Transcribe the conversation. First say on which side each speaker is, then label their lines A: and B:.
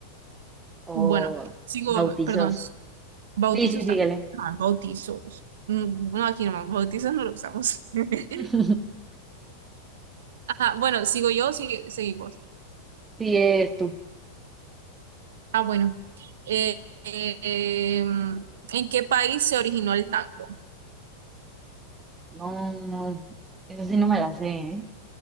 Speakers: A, on the right; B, on the right.
A: o
B: Bueno, sigo,
A: bautizos.
B: perdón. Bautizos
A: Sí, sí, síguele.
B: también. Ajá, bautizos. Mm, Bueno, aquí no, bautizos no lo usamos. <laughs>
A: <laughs>
B: Ajá, bueno, sigo yo, sigue, seguimos.
A: Sí, es tu.
B: Ah, bueno. Eh, eh, em, ¿en qué país se originó el tango?
A: No, no, eso sí no me la sé, ¿eh?